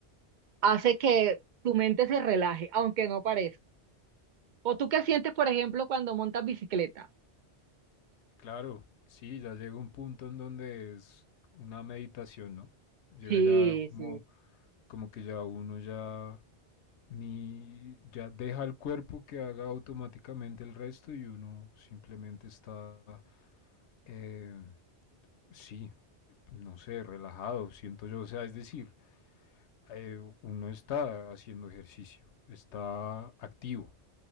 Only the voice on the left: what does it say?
Claro, sí, ya llega un punto en donde es una meditación, ¿no? Llega
ya como,
como que ya uno ya ni ya deja el cuerpo que haga automáticamente el resto y uno simplemente está, eh, sí, no sé, relajado, siento yo, o sea, es decir, eh, uno está haciendo ejercicio, está activo